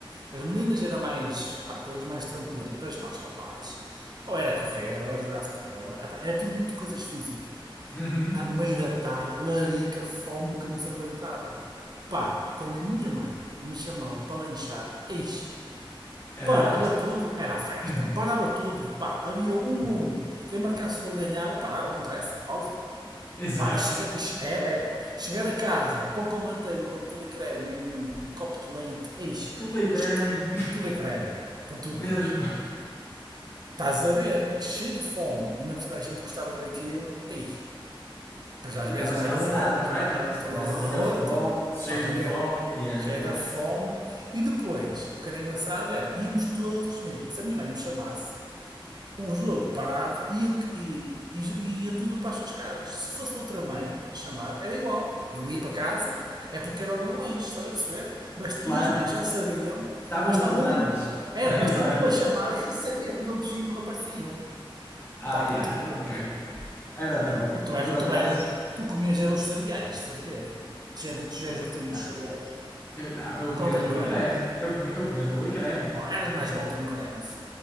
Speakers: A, on the right; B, on the left.
A: As meninas era mais, pá, coisas mais tranquilas, mas nós rapazes, ou era correr, ou era jogar futebol, eh, pá, era tudo muito coisas físicas.
B: Uhum.
A: À meia da tarde, larica, fome que não se aguentava. Pá, quando a minha mãe me chamava para lanchar, eis
B: Era
A: parava
B: a festa.
A: tudo, era a festa,
B: <laughs>
A: parava tudo, pá, havia um um, quem marcasse o gol ganhava, parava, não interessa, pausa.
B: Exato.
A: Pá, e chega, e era, era. Chegar a casa, pão com manteiga, com tule e creme e um, um copo de leite, eis,
B: Telegram.
A: isto, tule e creme, para tu
B: <laughs>
A: veres.
B: Mesmo.
A: Estás a ver, cheio de fome, e na percebes a gente gostava daquilo, ei, pois às
B: E
A: vezes
B: estavas
A: não
B: cansada,
A: era um, era dois
B: não
A: pais,
B: é? Estavas, estiveste
A: todo roto,
B: a jogar futebol, cheio
A: estás a ver,
B: de fome. Yeah,
A: cheio
B: claro.
A: da fome. E depois, o que era engraçado era, íamos todos, imagina, se a minha mãe me chamasse, o jogo parava e, eu- e- e jo- e ia tudo para as suas casas. Se fosse outra mãe a chamar, era igual. Eu ia para casa, é porque era hora do lanche, estás a perceber? Basta-
B: Claro.
A: e as mães já sabiam,
B: Estavam
A: bastava
B: coordenadas.
A: uma,
B: <laughs>
A: era, bastava
B: Exato.
A: uma chamar <laughs> que sabiam que os outros cinco apareciam.
B: Ah,
A: Pá,
B: yeah,
A: para tu veres.
B: ok. Era top.
A: E, e tu eras,
B: Por acaso.
A: tu eras, tu comias eram os cereais, de certeza. Tu já, tu já
B: eh,
A: és o tempo
B: Não,
A: dos cereais.
B: eu, não, eu comia
A: Golden
B: tule
A: Grams.
B: e creme. Eu comia, eu comia tule e creme.
A: Oh, eras
B: Eu comia...
A: mais Golden Grams.